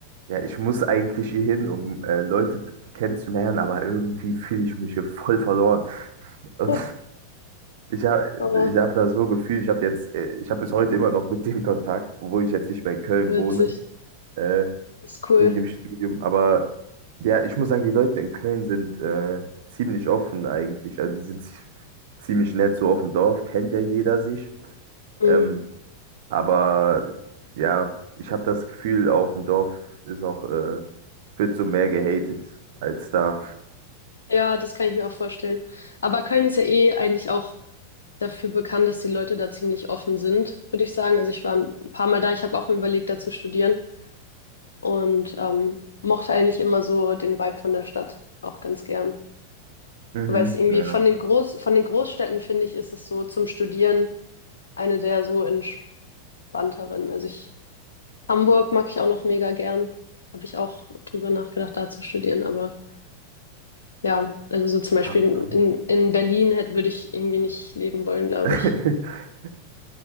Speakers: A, on the right; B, on the left.
A: ja, ich muss eigentlich hier hin, um äh, Leute t- kennenzulernen, aber irgendwie fühle ich mich hier voll verloren. <laughs> Und
B: <laughs>
A: ich habe
B: oh,
A: ich hab das so gefühlt, ich habe jetzt, äh, ich habe bis heute immer noch mit dem Kontakt, obwohl ich jetzt nicht mehr in Köln
B: witzig.
A: wohne, äh,
B: ist cool.
A: wegen dem Studium. Aber ja, ich muss sagen, die Leute in Köln sind äh, ziemlich offen eigentlich. Also die sind zi- ziemlich nett, so auf dem Dorf, kennt ja jeder sich.
B: Mhm.
A: Ähm, aber ja, ich habe das Gefühl, auf dem Dorf ist auch äh, wird so mehr gehatet als da.
B: Ja, das kann ich mir auch vorstellen. Aber Köln ist ja eh eigentlich auch dafür bekannt, dass die Leute da ziemlich offen sind, würde ich sagen. Also ich war ein paar Mal da, ich habe auch mir überlegt, da zu studieren und ähm, mochte eigentlich immer so den Vibe von der Stadt auch ganz gern.
A: Mhm.
B: So, weil es irgendwie
A: Ja.
B: von den Groß, von den Großstädten, finde ich, ist es so zum Studieren eine der so entspannteren. Also ich, Hamburg mag ich auch noch mega gern. Habe ich auch drüber nachgedacht, da zu studieren, aber. Ja, also so zum Beispiel
A: Ha- am-
B: in, in in Berlin hätte, würde ich irgendwie nicht leben wollen, glaube
A: <laughs>
B: ich.